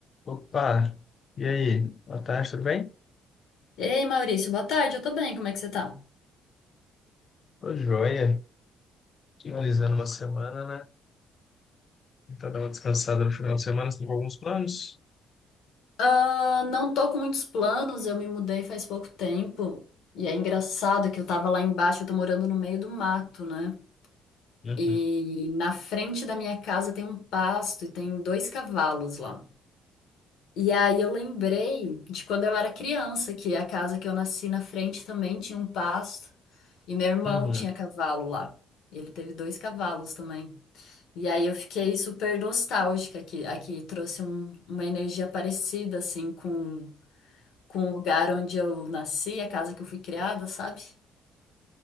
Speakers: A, on the left; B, on the left.
A: Opa, e aí? Boa tarde, tudo bem?
B: Ei, Maurício, boa tarde, eu tô bem, como é que você tá?
A: Tô joia. Finalizando uma semana, né? Tentar dar uma descansada no final de semana, você tem alguns planos?
B: Ah, não tô com muitos planos, eu me mudei faz pouco tempo. E é engraçado que eu tava lá embaixo, eu tô morando no meio do mato, né?
A: Uhum.
B: E na frente da minha casa tem um pasto e tem dois cavalos lá. E aí eu lembrei de quando eu era criança, que a casa que eu nasci na frente também tinha um pasto. E meu irmão
A: Uhum.
B: tinha cavalo lá. E ele teve dois cavalos também. E aí eu fiquei super nostálgica, que aqui trouxe um- uma energia parecida, assim, com, com o lugar onde eu nasci, a casa que eu fui criada, sabe?